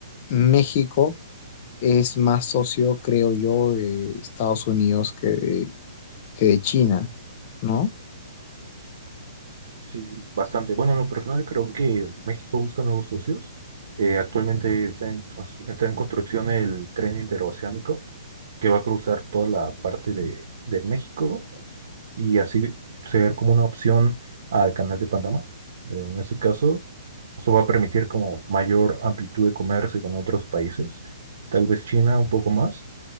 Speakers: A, on the left (about 35°); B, on the right (about 65°).
A: México es más socio, creo yo, de Estados Unidos que de, que de China, ¿no?
B: Sí, bastante. Bueno, en lo personal creo que México busca nuevos socios. Eh, actualmente está en, cons- está en construcción el tren interoceánico que va a cruzar toda la parte de, de México y así ser como una opción al canal de Panamá. Eh, en este caso, esto va a permitir como mayor amplitud de comercio con otros países, tal vez China un poco más